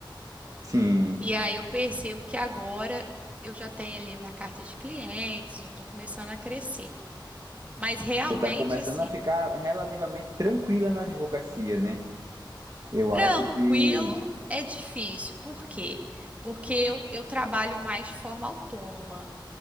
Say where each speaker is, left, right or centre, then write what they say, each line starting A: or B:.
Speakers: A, on the right; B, on the right.
A: Sim.
B: E aí eu percebo que agora eu já tenho ali a minha carta de clientes, já estou começando a crescer. Mas realmente
A: Você está começando
B: assim,
A: a ficar relativamente tranquila na advocacia, né? Eu
B: tranquilo
A: acho que
B: é difícil. Por quê? Porque eu, eu trabalho mais de forma autônoma.